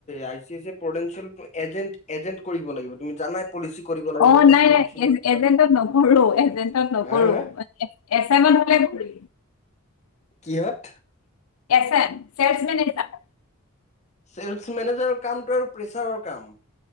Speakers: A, on the left (about 30°); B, on the left (about 75°).
A: আই চি চিয়েল পটেন্তচিয়েলটো এজেণ্ট এজেন্ট কৰিব লাগিব তুমি জানাই পলিচি কৰিব লাগে
B: অ
A: যিহেতু
B: নাই
A: ইঞ্চুৰেঞ্চ
B: নাই
A: বা।
B: এজেন্টত নকৰো এজেন্টত নকৰো
A: হা, হা।
B: এছ এমত হলে কৰিম
A: কিহত?
B: S M, sales manager.
A: Sales মেনেজাৰৰ কামটো আৰু প্ৰেছাৰৰ কাম।